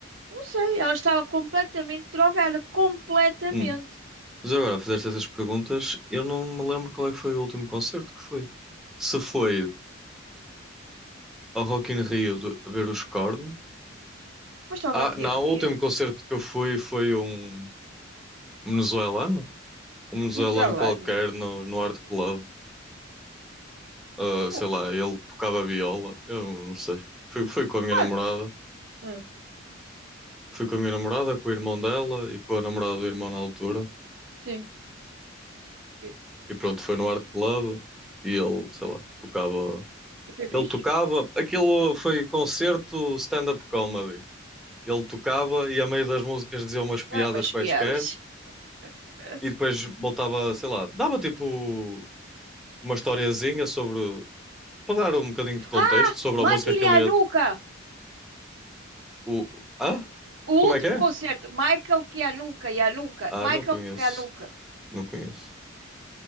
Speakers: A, on the right; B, in the centre.
A: não sei. Ela estava completamente drogada, completamente.
B: Hum. Mas agora, fizeste essas perguntas, eu não me lembro qual é que foi o último concerto que foi. Se foi ao Rock in Rio de- a ver os Korn.
A: Foste ao
B: Ah,
A: Rock
B: não,
A: in Rio?
B: o último concerto que eu fui foi um venezuelano, um venezuelano
A: Venezuelano?
B: qualquer no, no Art Club. Ah,
A: Co-
B: sei lá, ele tocava viola, eu não sei. Fui, fui com a minha
A: Quando?
B: namorada,
A: Ah,
B: fui com a minha namorada, com o irmão dela e com a namorada do irmão na altura.
A: sim. E,
B: E pronto, foi no Art Club e ele, sei lá, tocava.
A: e foi fixe?
B: Ele tocava. Aquilo foi concerto stand-up comedy. Ele tocava e a meio das músicas dizia umas piadas
A: Não, umas
B: quaisquer
A: piadas. <laughs>
B: e depois voltava, sei lá, dava tipo uma historiazinha sobre. Para dar um bocadinho de contexto
A: Ah!
B: sobre
A: Michael
B: a música que ele
A: Yanuka!
B: ia. to- O... Ah?
A: O
B: Como
A: último
B: é que é?
A: concerto. Michael Kianuka, Yanuka.
B: Ah,
A: Michael
B: não conheço.
A: Kianuka.
B: Não conheço.